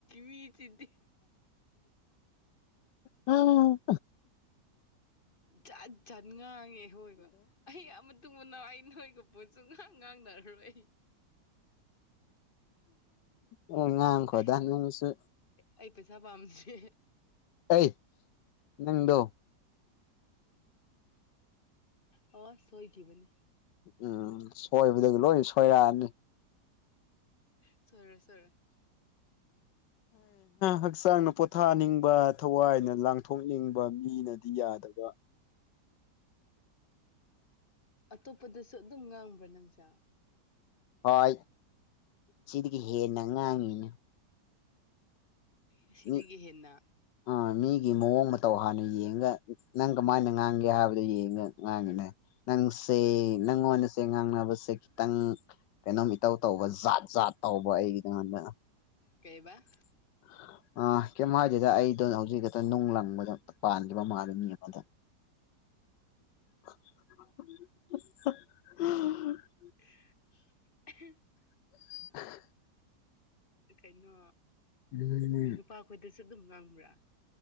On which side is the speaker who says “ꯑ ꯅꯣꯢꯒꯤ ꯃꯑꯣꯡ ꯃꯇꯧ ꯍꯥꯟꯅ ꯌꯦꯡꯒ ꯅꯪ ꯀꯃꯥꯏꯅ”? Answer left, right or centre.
Left